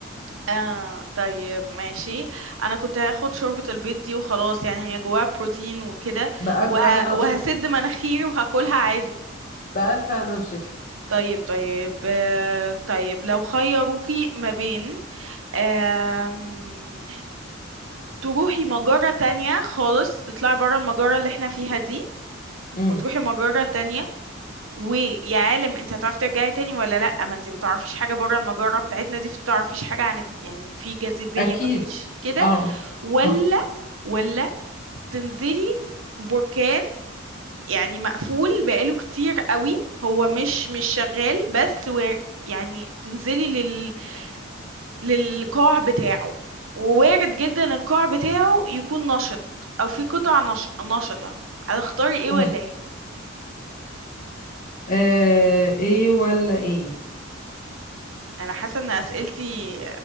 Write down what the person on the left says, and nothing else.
بألف
هنا
وشفا
بألف هنا وشفا
امم
اكيد
اه
اه
مم.
آه، ايه ولا ايه